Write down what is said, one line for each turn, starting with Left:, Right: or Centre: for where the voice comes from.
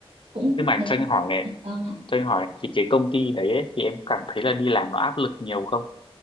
Right: cũng
Left: nhưng mà
Right: nói
Left: cho
Right: chung
Left: anh hỏi này
Right: ừ, vâng ạ
Left: cho anh hỏi này, thì cái công ty đấy ấy, thì em cảm thấy là đi làm nó áp lực nhiều không